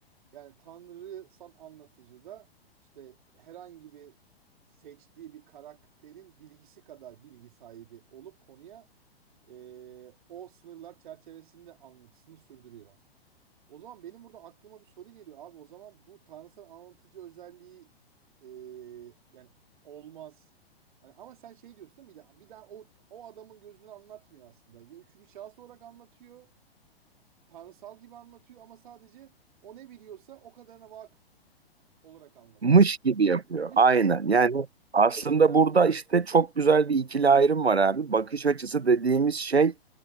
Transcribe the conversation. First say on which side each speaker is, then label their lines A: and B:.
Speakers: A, on the right (about 50°); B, on the right (about 85°).
A: Yani tanrısal anlatıcı da işte herhangi bir seçtiği bir karakterin bilgisi kadar bilgi sahibi olup konuya e, o sınırlar çerçevesinde anlatısını sürdürüyor. O zaman benim burada aklıma bir soru geliyor abi. O zaman bu tanrısal anlatıcı özelliği e, yani olmaz. Hani ama sen şey diyorsun değil mi? Bir daha, bir daha o, o adamın gözünü anlatmıyor aslında. Ya Üçüncü şahıs olarak anlatıyor. Tanrısal gibi anlatıyor ama sadece o ne biliyorsa o kadarına vakıf olarak anlatıyor.
B: Mış gibi yapıyor.
A: Mış.
B: Aynen. Yani aslında burada işte çok güzel bir ikili ayrım var abi. Bakış açısı dediğimiz şey